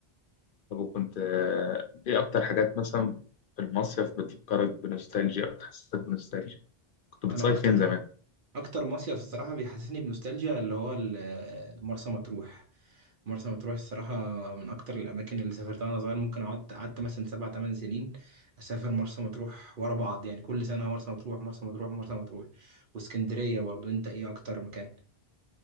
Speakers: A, on the left; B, on the right.
A: طب وكنت آه، إيه أكتر حاجات مثلا في المصيف بتفكرك بنوستالجيا أو بتحسسك بنوستالجيا؟ كنت بتصيف
B: أنا أكتر
A: فين زمان؟
B: أكتر مصيف الصراحة بيحسسني بنوستالجيا اللي هو ال- مرسى مطروح مرسى مطروح الصراحة من أكتر الأماكن اللي سافرتها وأنا صغير ممكن قعدت قعدت مثلا سبع تمن سنين أسافر مرسى مطروح ورا بعض يعني كل سنة مرسى مطروح مرسى مطروح مرسى مطروح واسكندرية برضو أنت إيه أكتر مكان؟